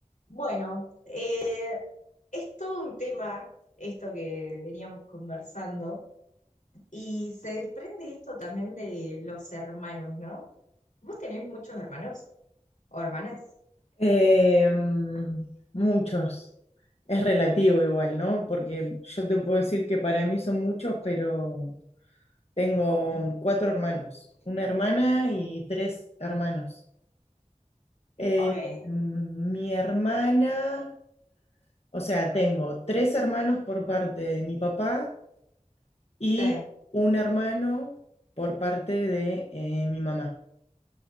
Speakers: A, on the left; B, on the left.
A: Bueno, eh, es todo un tema esto que veníamos conversando y se desprende esto también de los hermanos, ¿no? ¿Vos tenés muchos hermanos o hermanas?
B: Eh, mm, muchos. Es relativo igual, ¿no? Porque yo te puedo decir que para mí son muchos, pero tengo um, cuatro hermanos, una hermana y tres hermanos. Eh,
A: Ok,
B: mm, mi hermana, o sea, tengo tres hermanos por parte de mi papá y
A: sí,
B: un hermano por parte de eh, mi mamá.